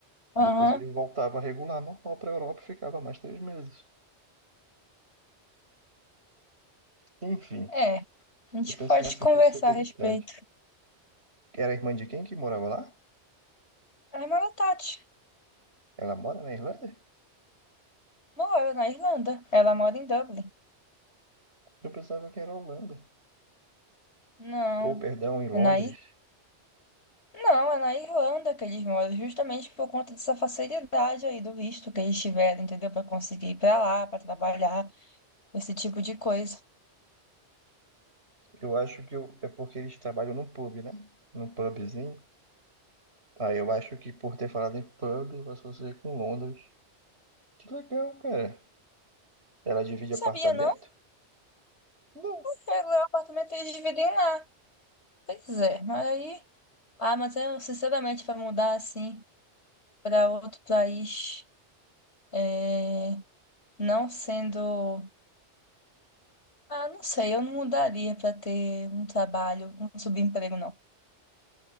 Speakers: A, on the left; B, on the right.
A: Aham.
B: Depois ele voltava regular normal para a Europa e ficava mais três meses. Enfim,
A: É. A gente
B: eu pensei
A: pode
B: nessa
A: conversar
B: possibilidade.
A: a respeito.
B: Era irmã de quem que morava lá?
A: A irmã da Tati
B: Ela mora na Irlanda?
A: mora na Irlanda. Ela mora em Dublin.
B: Eu pensava que era Holanda.
A: Não,
B: Ou, perdão, em Londres.
A: é na Ir... Não, é na Irlanda que eles moram, justamente por conta dessa facilidade aí do visto que eles tiveram, entendeu? para conseguir ir para lá, para trabalhar, esse tipo de coisa.
B: Eu acho que eu- é porque eles trabalham num pub, né? Num pubzinho. Aí eu acho que por ter falado em pub, eu associei com Londres. Que legal, cara. Ela divide
A: Não sabia,
B: apartamento?
A: não.
B: Não.
A: Pegou o apartamento e eles dividem lá. Pois é, mas aí. Ah, mas eu, sinceramente, para mudar assim para outro país, é, não sendo. Ah, não sei, eu não mudaria para ter um trabalho, um subemprego, não.